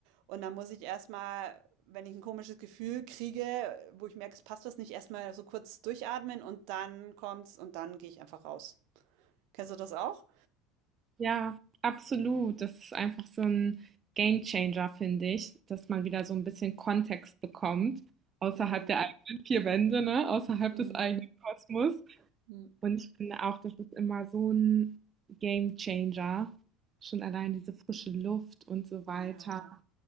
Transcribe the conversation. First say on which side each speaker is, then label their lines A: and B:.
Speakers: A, on the right; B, on the right.
A: Und dann muss ich erstmal, wenn ich ein komisches Gefühl kriege, wo ich merke, es passt was nicht, erstmal so kurz durchatmen und dann kommt's und dann gehe ich einfach raus. Kennst du das auch?
B: Ja, absolut. Das ist einfach so 'n Gamechanger, finde ich, dass man wieder so ein bisschen Kontext bekommt außerhalb
A: Hm,
B: der eigenen 4 Wände, ne, außerhalb
A: hm,
B: des eigenen Kosmos.
A: hm.
B: Und ich finde auch, das ist immer so 'n Gamechanger, schon allein diese frische Luft und so weiter.
A: Ja,